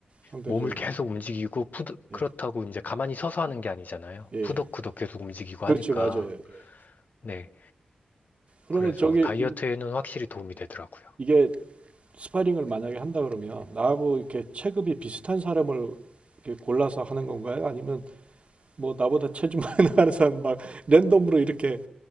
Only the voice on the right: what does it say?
상대적으로.
예.
예.
그렇죠,
맞아요. 예.
그러면
저기,
이-
이게 스파링을 만약에 한다 그러면 나하고 이렇게 체급이 비슷한 사람을 이렇게 골라서 하는 건가요? 아니면 뭐 나보다 체중 많이 나가는 사람 막 랜덤으로 이렇게